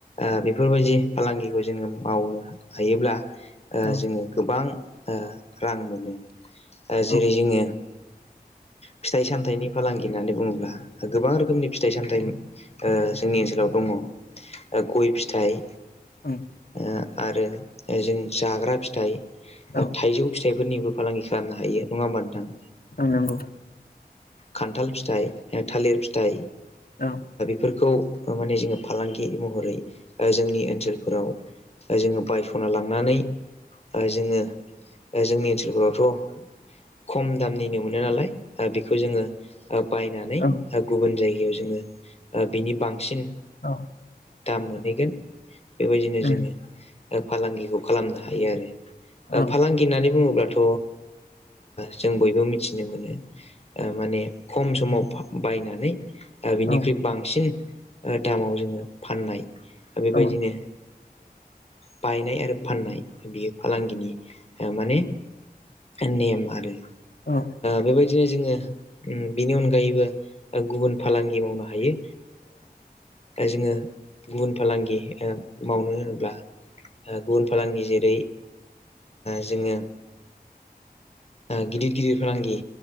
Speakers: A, on the left; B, on the left.
A: ओ बेफोरबायदि फालांगिखौ जोङो मावनो हायोब्ला। ओ
B: औ
A: जोङो गोबां ओ रां मोनो ओ
B: औ
A: जेरै जोङो। फिथाइ सामथायाइनि फालांगि होननानै बुङोब्ला गोबां रोखोमनि फिथाइ सामथाइ ओ जोंनि ओनसोलाव दङ' ओगय फिथाइ,
B: ओं।
A: ओ आरो जों जाग्रा फिथाइ
B: औ
A: थाइजौ फिथाइ, बेफोरनिबो फालांगि खालामनो हायो नङा होमबा नोंथां
B: नंगौ
A: खान्थाल फिथाइ थालिर फिथाइ
B: औ
A: फोरखौ माने जोङो। फालांगि महरै जोंनि ओनसोलफोराव जोङो बायस'ना लाङो। नानै जोङो जोंनि ओनसोलफोरावथ' खम दामनिनो मोनो नालाय बेखौ जोङो बायनानै
B: औ
A: गुबुन जायगायाव जोङो बिनि बांसिन
B: औ
A: दाम मोनहैगोन बेबायदिनो
B: औ
A: जोङो फालांगिखौ खालामनो हायो आरो।
B: औ
A: फालांगि होननानै बुङोब्लाथ' जों बयबो मिथियो। मोनो माने खम समाव बायनानै। बिनिख्रुइ
B: औ
A: बांसिन दामाव जोङो फाननाय बेबायदिनो
B: औ
A: बायनाय आरो फाननाय बियो फालांगिनि माने नेम आरो।
B: औ
A: बेबायदिनो जोङो बिनि अनगायैबो गुबुन फालांगि मावनो हायो। जोङो गुबुन फालांगि मावनो होनोब्ला गुबुन फालांगि जेरै जोङो गिदिर गिदिर फालांगि।